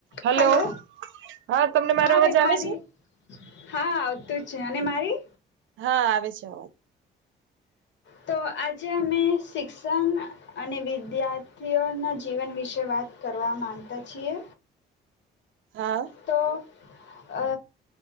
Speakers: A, on the right; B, on the left.
A: Hello
B: hello
A: હા તમને મારો
B: હા
A: અવાજ
B: બેન
A: આવે
B: મારી
A: છે.
B: હા આવતું જ છે અને મારી.
A: હા આવે છે.
B: તો આજે અમે શિક્ષણ અને વિદ્યાર્થીઓના જીવન વિશે વાત કરવા માંગતા છીએ.
A: હા.
B: તો. અ